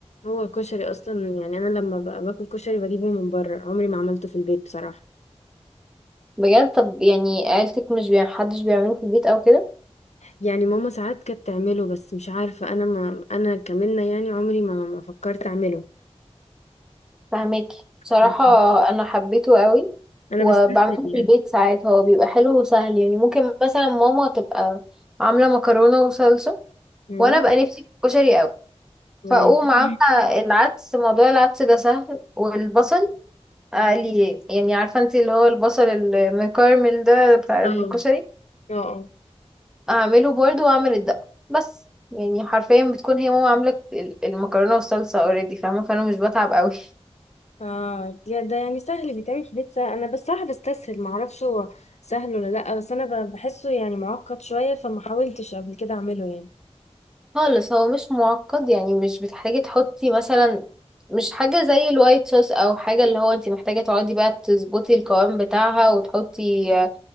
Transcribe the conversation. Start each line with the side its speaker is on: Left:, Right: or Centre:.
Left: هو كشري اصلا يعني انا لما ب- باكل كشري بجيبه من بره عمري ما عملته في البيت بصراحه
Centre: بجد طب يعني عيلتك مش بيع... حدش بيعمله في البيت او كده
Left: يعني ماما ساعات كانت تعمله بس مش عارفه انا ما انا كمنة يعني عمري ما ما فكرت اعمله
Centre: فهماكي
Left: <laughs>
Centre: بصراحة أنا حبيته قوي
Left: انا
Centre: وبعمله
Left: بستسهل يعني
Centre: في البيت ساعات هو بيبقى حلو وسهل يعني ممكن مثلا ماما تبقى عاملة مكرونة وصلصة
Left: مم.
Centre: وأنا بقى نفسي في الكشري قوي
Left: ماشي.
Centre: فأقوم عاملة العدس موضوع العدس ده سهل والبصل أقلي يعني عارفة انتي اللي هو البصل المكرمل ده بتاع
Left: اه
Centre: الكشري
Left: اه اه
Centre: أعمله برضه وأعمل الدقة بس يعني حرفيا بتكون هي ماما عاملة المكرونة والصلصة اوريدي فاهمة فأنا مش بتعب قوي
Left: آه، يا ده يعني سهل بيتعمل في البيت سهل انا بس صراحه بستسهل ما اعرفش هو سهل ولا لا بس انا ب- بحسه يعني معقد شويه فما حاولتش قبل كده اعمله يعني
Centre: خالص هو مش معقد يعني مش بتحتاجي تحطي مثلا مش حاجة زي الوايت صوص او حاجة اللي هو انت محتاجة تقعدي بقى تظبطي القوام بتاعها وتحطي آه،